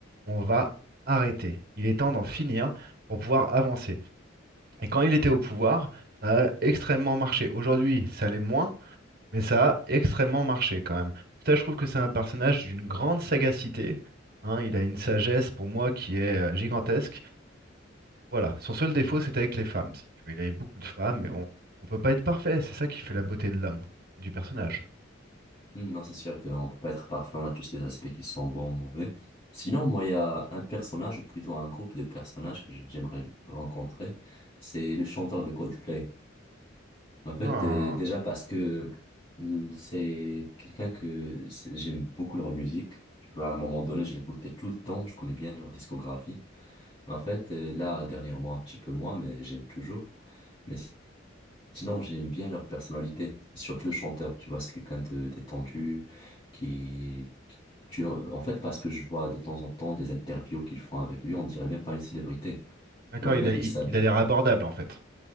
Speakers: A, on the right; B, on the left.
A: on va arrêter. Il est temps d'en finir pour pouvoir avancer. Et quand il était au pouvoir, ça a extrêmement marché. Aujourd'hui, ça l'est moins, mais ça a extrêmement marché quand même. Ça, je trouve que c'est un personnage d'une grande sagacité. hein, il a une sagesse pour moi qui est euh, gigantesque. Voilà, son seul défaut, c'était avec les femmes, si tu veux. Il avait beaucoup de femmes, mais bon, on peut pas être parfait. C'est ça qui fait la beauté de l'homme et du personnage.
B: Mhm. Non, c'est sûr qu'on peut pas être parfait, on a tous des aspects qui sont bons, mauvais. Sinon, moi, il y a un personnage, ou plutôt un groupe de personnages que j'aimerais rencontrer, c'est le chanteur de Coldplay. En fait,
A: Ah.
B: euh, déjà parce que c'est quelqu'un que c'est- j'aime beaucoup leur musique. Tu vois, à un moment donné, je l'écoutais tout le temps. Je connais bien leur discographie. Mais en fait, euh, là, dernièrement, un petit peu moins, mais j'aime toujours. Mais si- sinon, j'aime bien leur personnalité. Et surtout le chanteur. Tu vois, c'est quelqu'un de détendu qui, qui- tu, en fait, parce que je vois de temps en temps des interviews qu'ils font avec lui, on dirait même pas une célébrité.
A: D'accord,
B: Tu vois, le
A: il
B: mec,
A: a, il,
B: il s'habille
A: il a l'air abordable en fait.